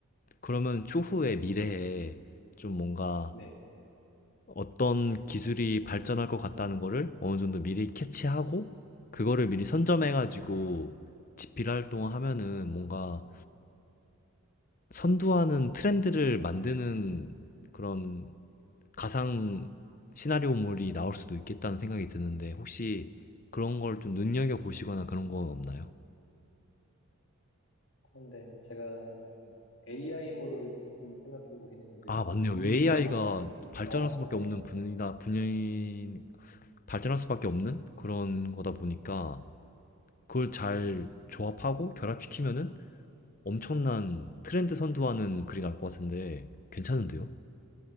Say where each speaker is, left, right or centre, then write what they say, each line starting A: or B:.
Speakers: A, on the left (about 35°); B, on the left (about 55°).
A: 그러면 추후에 미래에 좀 뭔가
B: 네.
A: 어떤 기술이 발전할 것 같다는 거를 어느 정도 미리 캐치하고, 그거를 미리 선점해가지고 집필 활동을 하면은 뭔가 선두하는 트렌드를 만드는 그런 가상 시나리오물이 나올 수도 있겠다는 생각이 드는데 혹시 그런 걸 좀 눈여겨 보시거나 그런 건 없나요?
B: 그런데 제가 AI물을 조금 생각해 보긴 했는데
A: 아,
B: 그건
A: 맞네요.
B: 이미
A: AI가
B: 나와서
A: 발전할
B: 너,
A: 수밖에 없는
B: 네.
A: 분야, 분야인, 발전할 수밖에 없는 그런 거다 보니까 그걸 잘 조합하고 결합시키면은 엄청난 트렌드 선도하는 글이 나올 것 같은데 괜찮은데요?